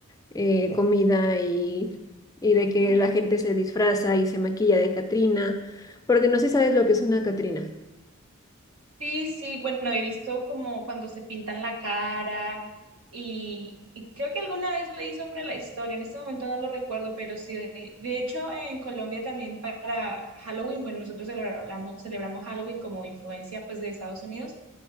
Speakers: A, on the left (about 15°); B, on the right (about 75°).
A: eh, comida y, y de que la gente se disfraza y se maquilla de Catrina, porque no sé si sabes lo que es una Catrina.
B: Sí, sí, bueno, he visto como cuando se pintan la cara y, y creo que alguna vez leí sobre la historia, en este momento no lo recuerdo, pero sí, de, de hecho en Colombia también para Halloween, bueno, nosotros celebramos, celebramos Halloween como influencia pues de Estados Unidos,